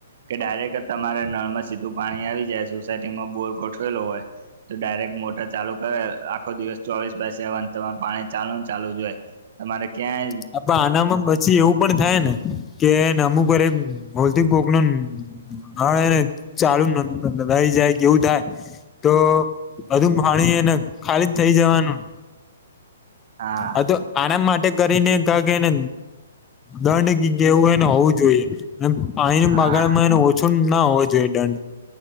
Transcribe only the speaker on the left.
હા પણ આનામમાં પછી એવું પણ થાય ને કે હેન અમુક વાર એક ભૂલ થી કોક નો નળ ચાલુ લકેઆહી જાય કે એવું થાય તો બધું પાણી હેન ખાલી જ થઇ જવાનું.
આતો આના માટે કરીને ક કેને દંડ કેવું એને હોવું જોઈએ પાણીની
બગારમાં એને ઓછો ના હોવો જોઈએ દંડ